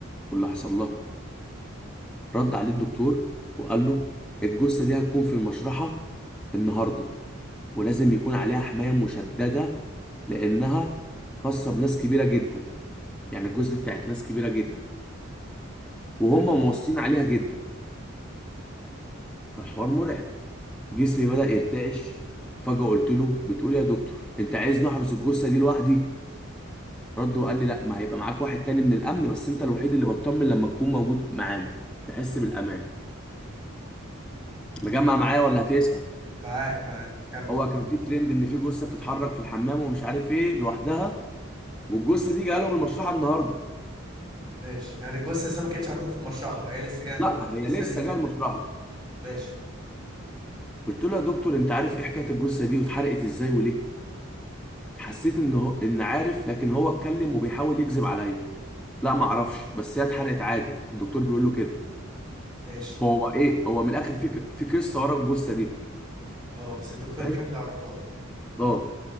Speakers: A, in the centre; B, on the right.
A: واللي حصل لها رد عليه الدكتور وقال له الجثه دي هتكون في المشرحه النهارده ولازم يكون عليها حمايه مشدده لانها خاصه بناس كبيره جدا يعني الجثه دي بتاعت ناس كبيره جدا وهم
B: ماشي
A: موصين عليها جدا فالحوار مرعب جسمي
B: مم.
A: بدأ يرتعش فجأة قلت له بتقول يا دكتور انت عايز نحرس الجثة دي لوحدي رد وقال لي لا ما هيبقى معاك واحد تاني من الأمن بس انت الوحيد اللي بطمن لما تكون موجود معانا بحس بالأمان مجمع
B: تمام
A: معايا ولا هتسأل
B: معاك معاك كمل
A: هو كان في ترند ان في جثة بتتحرك في الحمام ومش عارف ايه لوحدها والجثة دي جالهم المشرحة النهاردة
B: ماشي يعني الجثه لسه ما كانتش عندهم في المشرحه هي لسه جايه النهارده
A: لا هي
B: لسه
A: لسه
B: هتيجي
A: جايه المشرحة
B: ماشي
A: قلت له يا دكتور انت عارف ايه حكاية الجثة دي واتحرقت ازاي وليه حسيت ان هو ان عارف لكن هو اتكلم وبيحاول يكذب عليا لا ما اعرفش بس هي اتحرقت عادي الدكتور بيقول له كده
B: ماشي
A: فهو ايه هو من الاخر في ك- في قصه ورا الجثه دي
B: اه بس الدكتور
A: فاهم
B: مش عايز يعرفها له
A: اه